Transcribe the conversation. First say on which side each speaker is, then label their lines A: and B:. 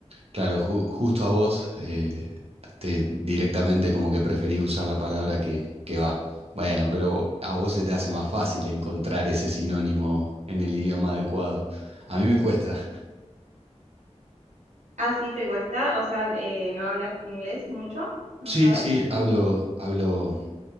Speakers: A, on the right; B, on the right.
A: claro, ju- justo a vos eh, te, directamente como que preferís usar la palabra que, que va. Bueno, pero a vos se te hace más fácil encontrar ese sinónimo en el idioma adecuado. A mí me cuesta.
B: Ah, sí, te cuesta, o sea, eh, no hablas inglés mucho, ¿no
A: Sí,
B: sabes?
A: sí, hablo, hablo